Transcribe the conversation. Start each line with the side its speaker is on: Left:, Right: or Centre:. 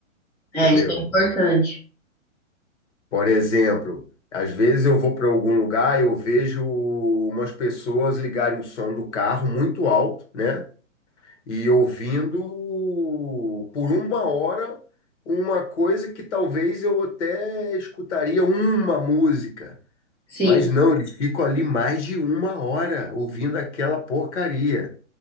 Centre: É,
Left: entendeu?
Centre: isso é importante.
Left: Por exemplo, às vezes eu vou para algum lugar, eu vejo umas pessoas ligarem o som do carro muito alto, né? E ouvindo por uma hora uma coisa que talvez eu até escutaria uma música.
Centre: Sim.
Left: Mas não, eles ficam ali mais de uma hora ouvindo aquela porcaria,